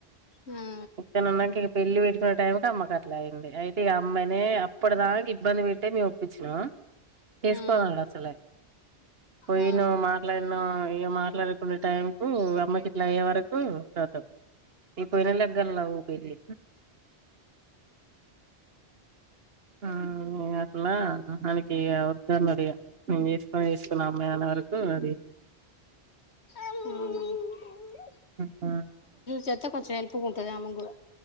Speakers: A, on the left; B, on the right.
A: ఆ
B: ఇస్తానన్నంక ఇక పెళ్ళి పెట్టుకునే టైం కి ఆమెకి అట్లా అయ్యింది అయి తే అమ్మాని అప్పటిదాకా ఇబ్బంది పెట్టే మేము ఒప్పించినాము చేసుకోనన్నాడు
A: ఆ
B: అసలే పోయిన
A: ఆహా ఆ
B: మా ఇట్లాన్నో ఇగ మాట్లాడుకునే టైంకు అమ్మకి ఇట్లా అయ్యే వరకు కతం ఈ పెళ్లిళ్ల దగ్గర లవ్ పెళ్లి ఆ ఇగ అట్లా మనకి ఇక వొద్దన్నారు ఇగ నేను చేసుకొనే చేసుకొను అమ్మాయి అనరు ఎవరి
A: అవునా
B: అఆ
A: చెత్తే కొంచెం హెల్ప్‌గుంటది ఆమెకుడా